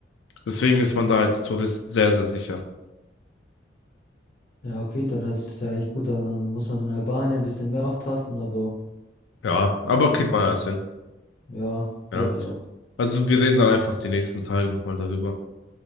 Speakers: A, on the left; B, on the left.
A: Deswegen ist man da als Tourist sehr, sehr sicher.
B: Ja, okay, dann hört es ja eigentlich gut an. Dann muss man in Albanien ein bisschen mehr aufpassen, aber
A: Ja, aber
B: ähm,
A: kriegt man alles hin.
B: ja,
A: Ja.
B: glaube ich auch.
A: Also wir reden dann einfach die nächsten Tage nochmal darüber.